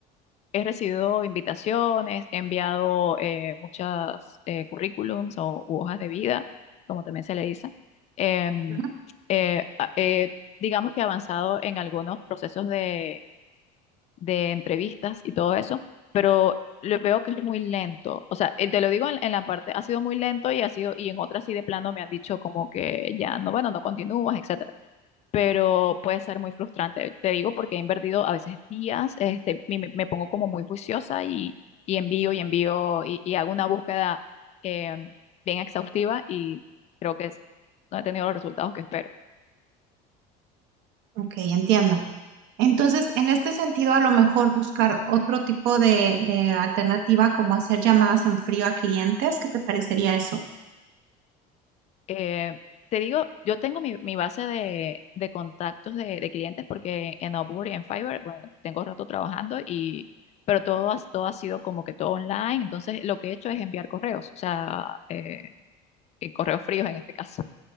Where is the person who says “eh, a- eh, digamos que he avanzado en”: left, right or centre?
Left